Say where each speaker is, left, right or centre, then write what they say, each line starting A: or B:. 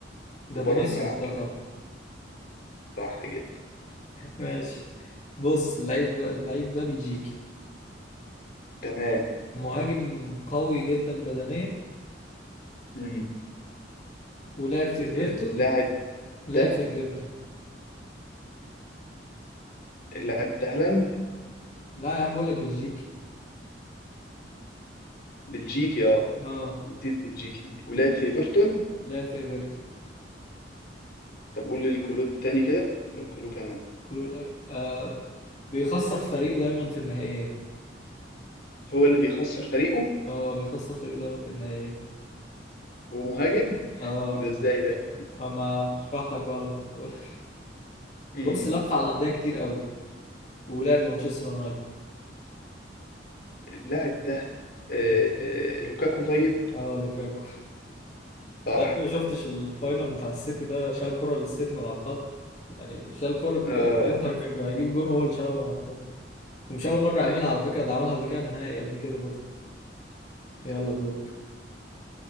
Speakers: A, on the left; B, on the left.
A: ده
B: وبره
A: فينيسيوس
B: الملعب
A: ده
B: كمان
A: طبعا
B: صح جدا
A: ماشي بص اللعيب ده اللعيب ده بلجيكي
B: تمام
A: مهاجم قوي جدا بدنيا
B: مم.
A: ولعب في ايفرتون
B: اللاعب
A: لعب
B: ده
A: في ايفرتون
B: اللاعب ده هالاند
A: لا يا عم بقول لك بلجيكي
B: بلجيكي اه
A: اه
B: جديد بلجيكي ولعب في ايفرتون
A: لعب في ايفرتون
B: طب قول الكلو التاني كده الكلو كمان
A: كله آه بيخسر فريقه دايما في النهائيات
B: هو اللي بيخسر فريقه
A: اه بيخسر فريقه دايما في النهائيات
B: ومهاجم
A: اه
B: ده ازاي ده
A: آه، ما هشرح لك بقى لما تقول <laughs>
B: مم.
A: بص لف على انديه كتير قوي ولعب لمانشستر يونايتد
B: اللاعب ده آه آه لوكاكو طيب
A: اه لوكاكو
B: صح
A: طيب انت يا ابني ما شفتش الفاينل بتاع السيتي ده شال كرة للسيتي من على الخط يعني شال كرة
B: آه
A: الانتر كان هيجيب جون وهو اللي شالها من على الخط ومش أول مرة
B: ايوه
A: يعملها على فكرة ده عملها قبل كده في نهائي قبل كده برضه يلا دورك